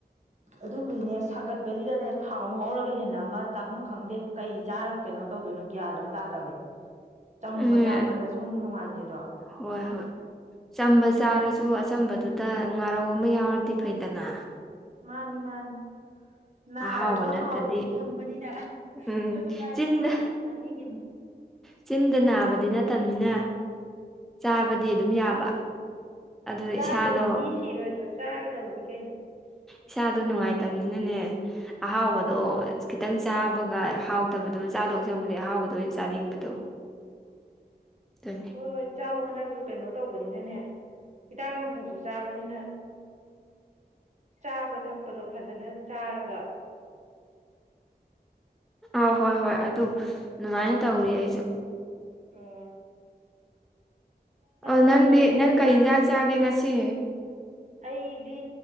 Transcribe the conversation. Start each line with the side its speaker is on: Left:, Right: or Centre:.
Right: ꯑꯗꯨꯕꯨꯒꯤꯅꯦ ꯁꯥꯒꯠꯄꯁꯤꯗꯅꯦ ꯊꯥꯎ ꯉꯧꯔꯒ ꯍꯦꯟꯅ ꯑꯃ ꯆꯥꯐꯝ ꯈꯪꯗꯦ ꯀꯩ ꯆꯥꯔꯒ ꯀꯩꯅꯣ ꯇꯧꯗꯣꯏꯅꯣ ꯒ꯭ꯌꯥꯟ ꯑꯃ ꯇꯥꯗꯕꯅꯤ ꯆꯝꯕ
Centre: ꯎꯝ
Right: ꯆꯥꯃꯜꯂꯁꯨ ꯑꯃꯨꯛ ꯅꯨꯡꯉꯥꯏꯇꯦꯗꯣ
Centre: ꯍꯣꯏ ꯍꯣꯏ ꯆꯝꯕ ꯆꯥꯔꯁꯨ ꯑꯆꯝꯕꯗꯨꯗ ꯉꯥꯔꯧ ꯑꯃ ꯌꯥꯎꯔꯗꯤ ꯐꯩꯗꯅ
Right: ꯃꯥꯅꯤ ꯃꯥꯅꯤ ꯅꯥꯔꯁꯨ
Centre: ꯑꯍꯥꯎꯕ ꯅꯠꯇꯗꯤ
Right: ꯍꯥꯎꯕꯗꯤ ꯈꯪꯕꯅꯤꯅ ꯑꯩꯈꯣꯏꯁꯨ
Centre: ꯎꯝ
Right: ꯉꯥꯏꯔꯦ
Centre: ꯆꯤꯟꯗ
Right: ꯑꯍꯥꯎꯕꯗꯤ ꯆꯅꯤꯡꯉꯅꯤ
Centre: ꯆꯤꯟꯗ ꯅꯥꯕꯗꯤ ꯅꯠꯇꯕꯅꯤꯅ ꯆꯥꯕꯗꯤ ꯑꯗꯨꯝ ꯌꯥꯕ ꯑꯗꯣ
Right: ꯆꯥꯗ꯭ꯔꯗꯤ
Centre: ꯏꯁꯥꯗꯣ
Right: ꯃꯤ ꯁꯤꯔꯣꯏꯗ꯭ꯔꯣ ꯆꯥꯒꯗꯕꯗꯤ ꯀꯩꯅꯣ
Centre: ꯏꯁꯥꯗꯣ ꯅꯨꯡꯉꯥꯏꯇꯕꯅꯤꯅꯅꯦ ꯑꯍꯥꯎꯕꯗꯣ ꯈꯤꯇꯪ ꯆꯥꯕꯒ ꯍꯥꯎꯇꯕꯗꯨ ꯆꯥꯗꯣꯛ ꯁꯧꯕꯗꯤ ꯑꯍꯥꯎꯕꯗꯣ ꯑꯣꯏꯅ ꯆꯥꯅꯤꯡꯕꯗꯣ
Right: <unintelligible>
Centre: ꯊ
Right: ꯍꯣꯏ ꯍꯣꯏ ꯆꯥꯎꯥꯛꯋꯣ ꯅꯪꯁꯨ ꯀꯩꯅꯣ ꯇꯧꯕꯅꯤꯅꯅꯦ ꯍꯤꯗꯥꯛ ꯂꯥꯡꯊꯛꯁꯨ ꯆꯥꯕꯅꯤꯅ ꯆꯥꯕ ꯊꯛꯄ ꯑꯄꯗꯣ ꯐꯖꯅ ꯆꯥꯔꯒ
Centre: ꯑ ꯍꯣꯏ ꯍꯣꯏ ꯑꯗꯨ ꯑꯗꯨꯃꯥꯏꯅ ꯇꯧꯔꯤ ꯑꯩꯁꯨ
Right: ꯑꯣ
Centre: ꯑꯣ
Right: ꯈꯪꯗ꯭ꯔꯦꯅꯦ
Centre: ꯅꯪꯗꯤ ꯅꯪ
Right: ꯍꯧꯖꯤꯛꯀꯥꯟꯁꯦ
Centre: ꯀꯩ ꯌꯦꯟꯖꯥꯡ ꯆꯥꯒꯦ ꯉꯁꯤ
Right: ꯑꯩꯗꯤ